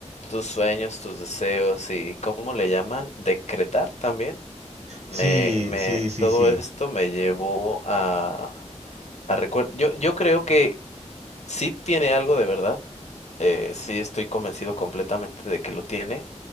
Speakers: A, on the left; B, on the right.
A: tus sueños, tus deseos y ¿cómo le llaman? Decretar también. Me,
B: Sí,
A: me,
B: sí, sí,
A: todo
B: sí,
A: esto me llevó a, a recuer- Yo, yo creo que sí tiene algo de verdad eh, sí, estoy convencido completamente de que lo tiene.